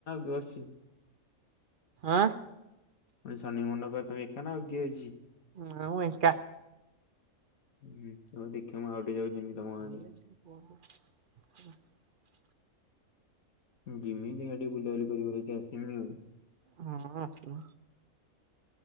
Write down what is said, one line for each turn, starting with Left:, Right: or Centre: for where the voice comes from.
Left: ଗୋଚିତ୍। <inaudible>
Right: ଆଁ।
Left: ମାନେ ଶନି ମଣ୍ଡପପାଖେ ତମେ ଏକାନା ଆଉ କିଏ ଅଛି?
Right: ନାଁ ମୁଁ ଏକା।
Left: ହୁଁ ହଉ ଦେଖିବା ମୁଁ ଆଉଟିକେ ଯାଉ ଜିମି ତମ ଆଡେ।
Right: <inaudible>
Left: ଜିମି ଦେଖିଆ ଟିକିଏ ବୁଲାବୁଲି କରିକି ଆସିବି ଆଉ
Right: ହଁ ଆସ,